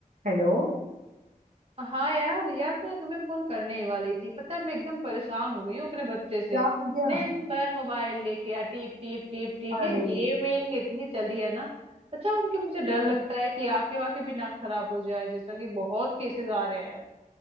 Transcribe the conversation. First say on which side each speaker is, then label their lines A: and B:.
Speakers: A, on the right (about 70°); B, on the right (about 40°).
A: Hello
B: हाँ यार यार मैं तुम्हें फोन करने ही वाली थी पता है मैं एकदम परेशान हो गई हूँ अपने बच्चे से
A: क्या हो गया
B: दिन भर मोबाइल लेके आ टीप टीप टीप टीप
A: अरे
B: ये गेमिंग इतनी चली है ना अच्छा उनके मुझे डर
A: वो
B: लगता है कि आंखें वाखें भी ना खराब हो जाए जैसा कि बहुत केसेस आ रहे हैं